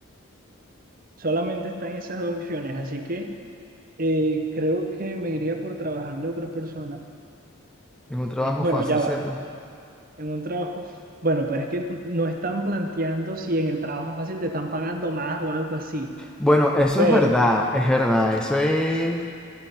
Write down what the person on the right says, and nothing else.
solamente están esas dos opciones, así que eh, creo que me iría por trabajarle a otra persona.
Eh, bueno,
ya
va, en un trabajo. Bueno, pero es que n- no están planteando si en el trabajo fácil te están pagando más o algo así,
pero